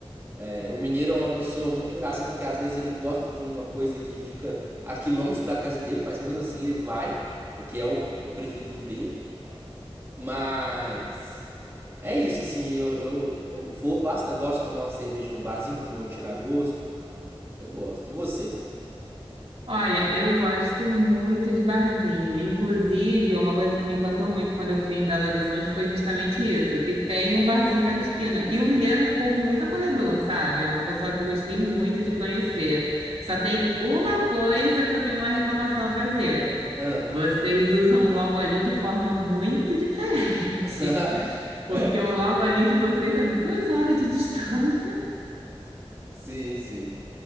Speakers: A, on the right; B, on the right.
A: É, o mineiro é uma pessoa muito engraçada, porque às vezes ele gosta de uma coisa que fica a quilômetros da casa dele, mas mesmo assim ele vai, porque é o, o preferido dele. Mas é isso, assim, eu, eu, eu vou bastante. Gosto de tomar uma cerveja no barzinho, comer um tiragosto. Eu gosto. E você?
B: Olha, eu gosto muito de barzinho. Inclusive, uma coisa que me encantou muito quando eu fui em Belo Horizonte foi justamente isso, que tem um barzinho em cada esquina. E o mineiro é um povo muito acolhedor, sabe? É um pessoal que eu gostei muito de conhecer. Só tem uma coisa que eu tenho uma reclamação a fazer.
A: Hã.
B: Vocês usam o logo ali de forma muito diferente,
A: <laughs>
B: <laughs> porque
A: É,
B: o logo ali de vocês é duas horas de distância,
A: sim, sim.